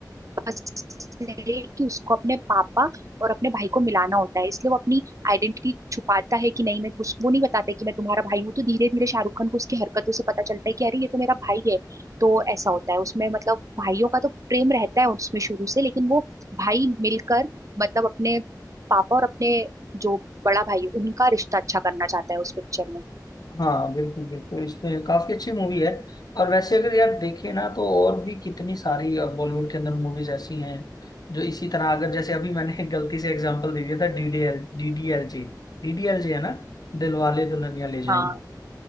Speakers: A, on the right; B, on the left.
A: से कि उसको अपने पापा और अपने भाई को मिलाना होता है इसलिए वो अपनी आइडेंटिटी छुपाता है कि नहीं मैं उस- वो नहीं बताता है कि मैं तुम्हारा भाई हूँ तो धीरे धीरे शाहरुख खान को उसकी हरकतों से पता चलता है कि अरे ये तो मेरा भाई है तो ऐसा होता है उसमें मतलब भाइयों का तो प्रेम रहता है उसमें शुरू से लेकिन वो भाई मिलकर मतलब अपने पापा और अपने जो बड़ा भाई है उनका रिश्ता अच्छा करना चाहता है उस पिक्चर में
B: हाँ बिल्कुल बिल्कुल इसमें काफी अच्छी मूवी है और वैसे अगर यार देखें ना तो और भी कितनी सारी बॉलीवुड के अंदर मूवीज ऐसी हैं जो इसी तरह अगर जैसे अभी मैंने <laughs> गलती से एग्जांपल दे दिया था डीडीएल डीडीएलजे डीडीएलजे है ना दिलवाले दुल्हनिया ले जाएंगे
A: हाँ